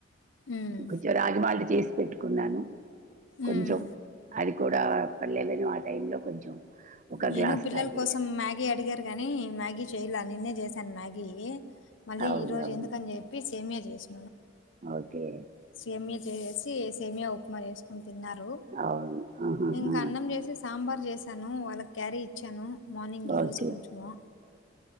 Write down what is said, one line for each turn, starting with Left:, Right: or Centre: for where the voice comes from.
Left: ఉమ్,
Right: కొంచెం రాగిమాళ్ళ చేసి పెట్టుకున్నాను కొంచెం
Left: ఉమ్.
Right: అది కూడా ప లెవెను ఆ టైం లో కొంచెం ఒక
Left: నేను
Right: గ్లాస్
Left: పిల్లల
Right: తాగేయాలి
Left: కోసం మ్యాగీ అడిగారు గాని మ్యాగీ చెయ్యాల నిన్నే చేసాను మ్యాగీ మళ్ళీ
Right: అవును
Left: ఈ రోజు
Right: అవును
Left: ఎందుకని చెప్పి సేమ్యా చేస్
Right: ఓకే
Left: సేమ్య చేసేసి సేమ్య ఉప్మా చేసుకుం తిన్నారు
Right: అవును ఆహాహా.
Left: ఇంకా అన్నం చేసి సాంబార్ చేసాను వాళ్ళకి క్యారీ ఇచ్చాను మార్నింగ్ ఈరోజు
Right: ఓకే
Left: కొంచము